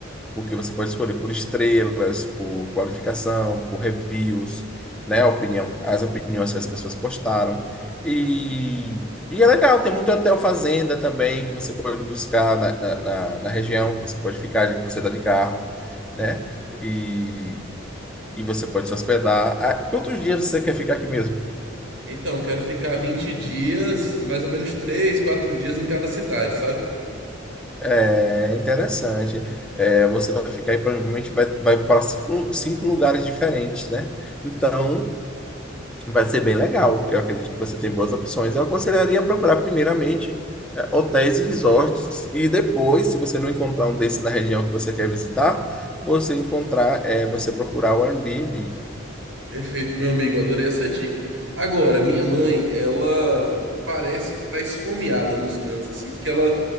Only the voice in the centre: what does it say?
porque você pode escolher por estrelas, por qualificação, por reviews, né? a Opinião, as opiniões que as pessoas postaram. E, e é legal, tem muito hotel fazenda também que você pode buscar na, na, na- na região, que você pode ficar, já que você está de carro, né? E, e você pode se hospedar. Ah, Quantos dias você quer ficar aqui mesmo?
É interessante. É, você vai ficar aí, provavelmente vai, vai para cinco, cinco lugares diferentes, né? Então, Vai ser bem legal. Eu acredito que você tem boas opções. Eu aconselharia procurar primeiramente eh, hotéis e resorts e depois, se você não encontrar um desses na região que você quer visitar, você encontrar, eh, você procurar o Airbnb.